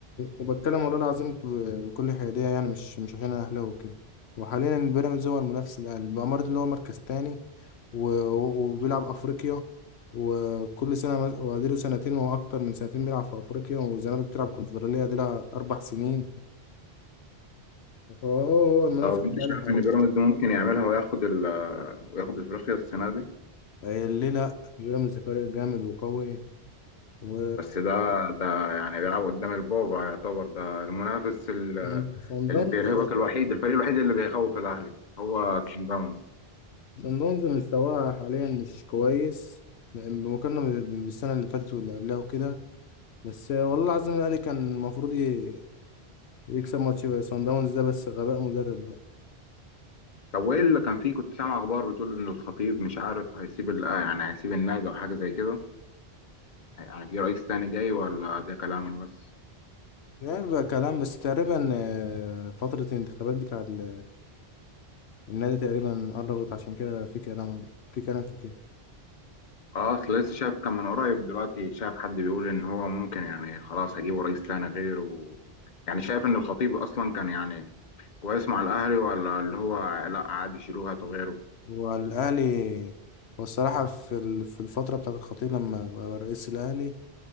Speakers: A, on the left (about 80°); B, on the left (about 45°).
A: وبتكلم والله العظيم ب- بكل حيادية يعني مش مش عشان أنا أهلاوي وكده وحاليا بيراميدز هو المنافس الأقل الإمارات اللي هو مركز تاني و- و- وبيلعب أفريقيا وكل سنة مز- وأديله سنتين وأكتر من سنتين بيلعب في أفريقيا والزمالك بتلعب كونفدرالية دي لها أربع سنين فهو هو المنافس
B: طب انت
A: الأقل
B: شايف
A: حاليا
B: ان بيراميدز ممكن يعملها وياخد ال وياخد افريقيا السنه دي
A: آه، ليه لأ بيراميدز فريق جامد وقوي و
B: بس ده ده يعني بيلعب قدام البابا يعتبر ده المنافس ال-
A: صن صن
B: اللي
A: داونز
B: بيرهبك الوحيد الفريق الوحيد اللي بيخوف الاهلي هو سان داونز
A: صن داونز مستواه حاليا مش كويس بمقارنة بالسنة اللي فاتت واللي قبلها وكده بس والله العظيم الاهلي كان المفروض ي- يكسب ماتش بقى صن داونز ده بس غباء مدرب ده
B: طب وايه اللي كان فيه كنت سامع اخبار بتقول ان الخطيب مش عارف هيسيب ال- آه يعني هيسيب النادي او حاجه زي كده يعني في رئيس تاني جاي ولا ده كلام بس
A: يعني بقى كلام بس تقريبا آه، فترة الانتخابات بتاع ال- النادي تقريبا قربت عشان كده في كلام في كلام في كده
B: اه اصل لسه شايف كان من قريب دلوقتي شايف حد بيقول ان هو ممكن يعني خلاص هجيبه رئيس تاني غيره يعني شايف ان الخطيب اصلا كان يعني كويس مع الاهلي ولا اللي هو لا عادي شيلوه هاتوا غيره
A: والأهلي والصراحة في ال- في الفترة بتاعة الخطيب لما بقى رئيس الأهلي